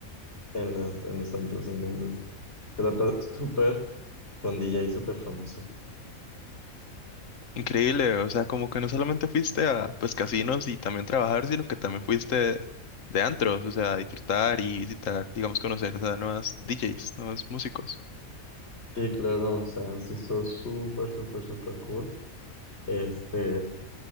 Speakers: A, on the left; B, on the left.
A: en las, en los antros, entonces se la pa- súper con DJ súper famoso.
B: Increíble, o sea, como que no solamente fuiste a pues casinos y también trabajar, sino que también fuiste de antros, o sea, a disfrutar y visitar, digamos, conocer a nuevas DJs, nuevos músicos.
A: Sí, claro, o sea, se hizo súper, súper, súper cool. Este,